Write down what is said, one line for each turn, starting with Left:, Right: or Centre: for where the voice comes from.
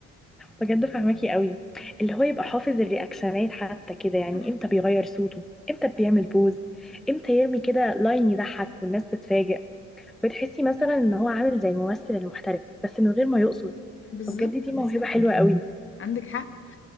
Centre: بجد فهماكي قوي اللي هو يبقى حافظ الرياكشنات حتى كده
Left: صح
Centre: يعني امتى بيغير صوته امتى بيعمل بوز امتى يرمي كده لاين يضحك والناس تتفاجئ بتحسي مثلا ان هو عامل زي الممثل المحترف بس من غير ما يقصد
Left: بالظبط
Centre: فبجد دي
Left: بالظبط
Centre: موهبة حلوة قوي <laughs>
Left: عندك حق